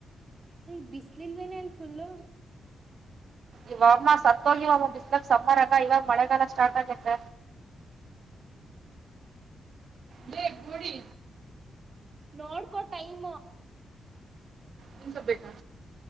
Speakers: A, on the right (about 35°); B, on the right (about 60°).
A: ಈ ಬಿಸ್ಲಿಲ್ವೇನ ಅಲ್ ಫುಲ್ು
B: ಇವಮ್ಮ ಸತ್ತ ಹೋಗಿ ಒಮ್ಮ ಬಿಸ್ಲಕ್ ಸಮ್ಮರ್ ಆಗ ಇವಾಗ ಮಳೆಗಾಲ ಸ್ಟಾರ್ಟ್ ಆಗೇತ್ತ ಬೆೇಗುಡಿ
A: ನೋಡ್ಕೊ ಟೈಮ್
B: ನೀನ್ಸ ಬೇಕಾ